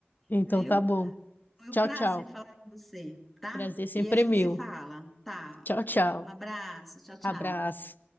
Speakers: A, on the left; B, in the centre.
A: então
B: viu?
A: tá bom.
B: Foi
A: Tchau,
B: um prazer
A: tchau.
B: falar com você, tá?
A: Prazer sempre
B: E a gente
A: é meu.
B: se fala, tá?
A: Tchau, tchau.
B: Um abraço, tchau, tchau.
A: Abraço.